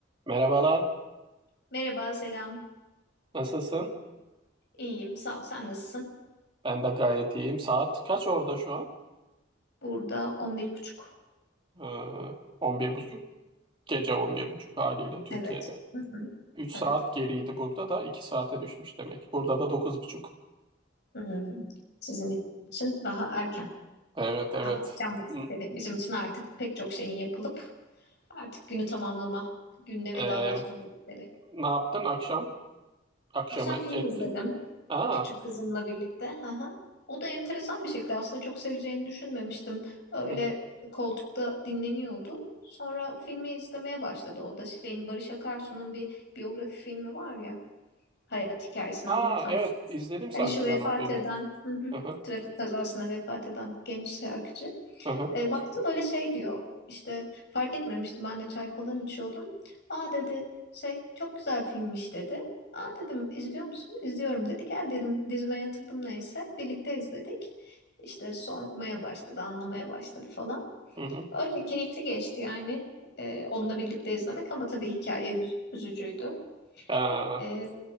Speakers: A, on the right; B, on the left.
A: Merhabalar,
B: Merhaba, selam.
A: nasılsın?
B: İyiyim, sağ ol. Sen nasılsın?
A: Ben de gayet iyiyim. Saat kaç orada şu an?
B: Burada 11 buçuk.
A: Ee, on bir buçuk gece on bir buçuk haliyle Türkiye'de.
B: Evet. Hı hı.
A: 3
B: Evet.
A: saat geriydi burada da 2 saate düşmüş demek. Burada da dokuz buçuk.
B: Hmm, Sizin için daha erken,
A: Evet,
B: daha
A: evet.
B: az can vakitleri.
A: N-
B: Bizim için artık pek çok şeyin yapılıp artık günü tamamlama, günle vedalaşma
A: Evet.
B: vakitleri.
A: Ne yaptın akşam? Akşamı
B: Akşam film
A: etkin.
B: izledim
A: Aa,
B: küçük kızımla birlikte. Hı hı. O da enteresan bir şekilde aslında çok seveceğini düşünmemiştim. Öyle
A: hı hı.
B: koltukta dinleniyordu. Sonra filmi izlemeye başladı. O da şeyin Barış Akarsu'nun bir biyografi filmi var ya. hayat hikayesini
A: Aa,
B: anlatan.
A: evet izledim sanki
B: Hani şu vefat
A: ben o filmi.
B: eden, hı hı,
A: Hı hı,
B: trafik kazasında vefat eden genç şarkıcı.
A: hı hı,
B: E, baktım öyle şey diyor. İşte fark etmemiştim ben de çay falan içiyordum. Aa dedi şey çok güzel filmmiş dedi. Aa dedim izliyor musun? İzliyorum dedi. Gel dedim dizime yatırdım neyse. Birlikte izledik. İşte sormaya başladı, anlamaya başladı falan.
A: hı hı.
B: Öyle keyifli geçti yani e, onunla birlikte izlemek ama tabii hikaye hüz- üzücüydü.
A: Aa,
B: Ee,